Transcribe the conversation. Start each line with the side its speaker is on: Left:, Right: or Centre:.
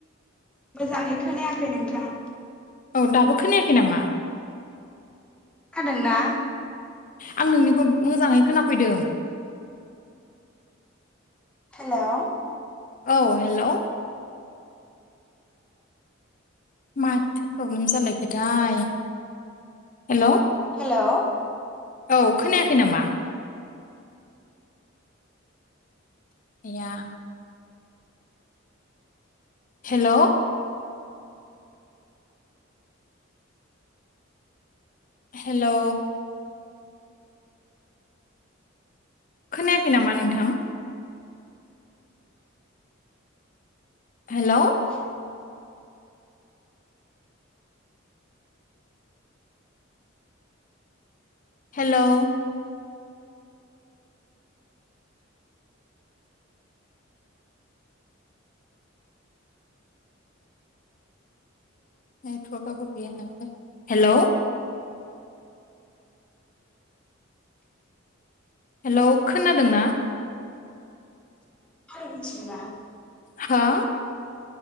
Centre: मोजाङै खोनायाखै नोंथां।
Left: औ दाबो खोनायाखै नामा?
Centre: खोनादोंना?
Left: आं नोंनिखौ मोजाङै खोनाफैदों।
Centre: हेलौ
Left: औ हेल'। माथो। प्रब्लेम जालायखोथाय। Hello
Centre: hello.
Left: औ खोनायाखै नामा? आया हेलौ हेलौ खोनायाखै नामा नोंथां। हेलौ
Centre: <inaudible>
Left: हेलौ नेटवाराबो गैया नालाय हेलौ हेलौ खोनादोंना
Centre: <unintelligible>
Left: हो